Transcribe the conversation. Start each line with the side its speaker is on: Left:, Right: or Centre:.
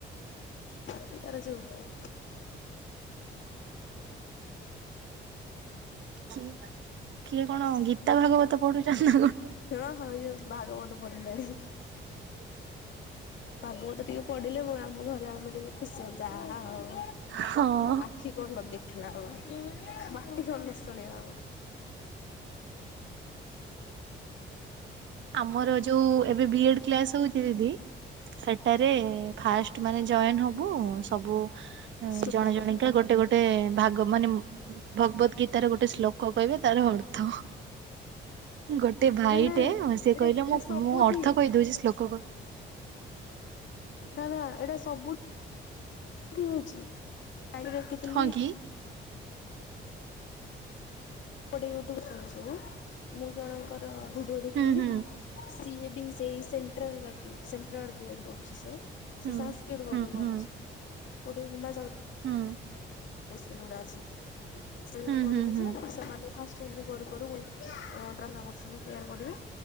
Left: ପାଟି ତାର ଚୁପ୍ ନାହିଁ।
Right: କି କିଏ କଣ ଗୀତା ଭାଗବତ ପଢୁଛନ୍ତି?
Left: ହଁ ହଁ ଇଏ ଭାଗବତ ପଢିଲାଣି। ଭାଗବତ ଟିକେ ପଢିଲେ ମୁ ଆମ ଘରେ ଆମେ ଟିକେ ଖୁସି ହୋଉ ଯାହା ହୋଉ
Right: ହଁ
Left: ଆଖି କଣ ନ ଦେଖିଲା ଆମର ମାଟି ତଳିଆ ଆମର
Right: ଆମର ଯୋଉ ଏବେ ବି ଏଡ କ୍ଲାସ ହଉଛି ଦିଦି ସେଟାରେ ଫାଷ୍ଟ ମାନେ ଜଏନ ହବୁ ସବୁ
Left: ଶ୍ଲୋକ
Right: ଜଣେ
Left: ପଢ଼।
Right: ଜଣିକା ଗୋଟେ ଗୋଟେ ଗୋଟେ ଭାଗ ମାନେ ଭଗବତ ଗୀତାରେ ଗୋଟେ ଶ୍ଳୋକ କହିବେ ତାର ଅର୍ଥ ଗୋଟେ ଭାଇଟେ
Left: ନା ନା ଏଇଟା
Right: ସେ କହିଲା
Left: ଏଇଟା
Right: ମୁଁ
Left: ସବୁଥି
Right: ମୁଁ ଅର୍ଥ କହିଦଉଛି ଶ୍ଳୋକକୁ
Left: ନା ନା ଏଇଟା ସବୁ ଠିକି ଅଛି। <unintelligible>
Right: ହଁ କି
Left: ଗୋଟେ ୟୁଟ୍ୟୁବ ସଲ ସବୁ ମୁଁ ଜଣଙ୍କର ଭିଡ଼ିଓ ଦେଖିଥିଲି।
Right: ହୁଁ ହୁଁ
Left: ସିଏ ବି ସେ ସେଟାଲ ବାକି ସେଟାଲ ଵ ଏ ଡ଼ ପଢୁଛି ସେ।
Right: ହୁଁ
Left: ସେ ସାସ୍କିଟ ବୋ
Right: ହୁଁ
Left: କରୁଛି
Right: ହୁଁ
Left: ଗୋଟେ ହିମାଚଳ
Right: ହୁଁ।
Left: ରେ ଯୋଡା ଅଛି ସେଇ
Right: ହୁଁ
Left: କରୁଛି
Right: ହୁଁ ହୁଁ
Left: ଯେ ସେମାନେ ଫାଷ୍ଟ ସେମିତି କରୁ କରୁ ହୁଏ ପ୍ରାର୍ନା କରୁସଛନ୍ତି ପ୍ରୟାର କରିବେ